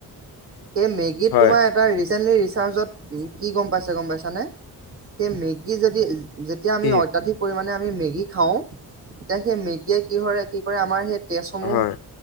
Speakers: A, on the right; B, on the left.
A: সেই মেগিত
B: হয়,
A: তোমাৰ তাৰ ৰিচেণ্টলি ৰিচাৰ্জত কি গম পাইছে গম পাইছানে? সেই মেগী যদি যেতিয়া আমি
B: কি
A: অত্যাধিক পৰিমাণে আমি মেগী খাওঁ, তেতিয়া সেই মেগীয়ে কি হয় কি কৰে, আমাৰ সেই তেজসমূহ
B: হয়,